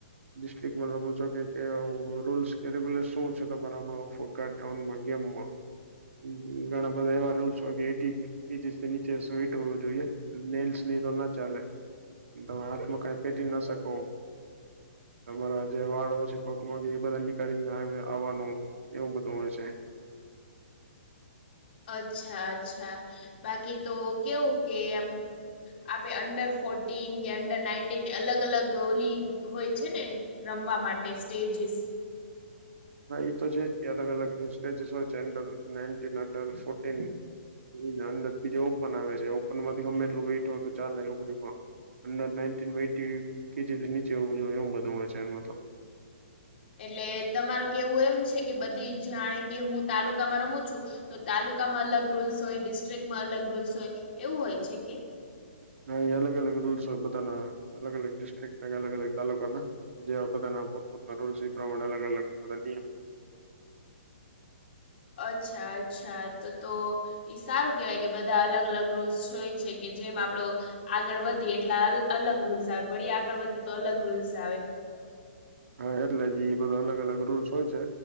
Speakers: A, on the right; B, on the left.
A: ડિસ્ટ્રિક્ટમાં રમો છો કે ક્યાં રૂલ્સ કે રેગ્યુલે શું છે તમારા માં <inaudible> કાર્ડ ઓનમાં ગેમમાં. હમ હમ ઘણા બધા એવા રૂલ્સ હોય કે એઈટી એઈટી થી નીચે <inaudible> હોવું જોઈએ. નેલ્સને એતો ના ચાલે. તમે હાથમાં કાઈ પેરી ના શકો. તમારા જે વાળ હોય છે પગમાંગી એ બધા નીકળીને આવાનું. એવું બધું હોય છે.
B: અચ્છા અચ્છા. બાકી તો કેવું કે આમ આપડે અંડર ફોર્ટીન કે અંડર નાઈટીન અલગ અલગ ઓલી હોય છે ને? રમવા માટે સ્ટેજીસ.
A: હા ઈ તો છે જ કે અલગ-અલગ સ્ટેજસ ઓય છે, એન્ટર નેન <unintelligible> ફોર્ટીન. એન નંદર બીજે ઓપન આવે છે. ઓપન માંથી ગમે એટલુ વેટ હોય તો, ચાલે ઓપડીમા. અંડર નાઈન્ટીન વેથી કે જેથી નીચે હોવુ જોયે એવુ બધુ છે, અમાં તો.
B: એટલે તમાર કેવું એમ છે કે, બધી જાણે કે હું તાલુકામાં રમું છું. તો તાલુકામાં અલગ રૂલ્સ હોય, ડિસ્ટ્રિકમાં અલગ રૂલ્સ ઓય, એવું હોય છે કે?
A: હા, એ અલગ-અલગ રૂલ્સ હોય પોતાના અલગ-અલગ ડિસ્ટ્રિકના, અલગ-અલગ તાલુકા ના. જેવા બધાના પોતપોતાના રૂસ એ પ્રમાણે અલગ-અલગ બધા નિયમ.
B: અચ્છા-અચ્છા, તો-તો કે સારું કેવાય કે બધા અલગ-અલગ રૂલ્સ જોય છે કે, જેમ આપડો આગળ વધીએ એટલે અ-અલગ રૂલ્સ આવે. વળી, આગળ વધી તો અલગ રૂલ્સ આવે.
A: હા એટલે જ ઈ બધા અલગ-અલગ રૂલ્સ હોય છે.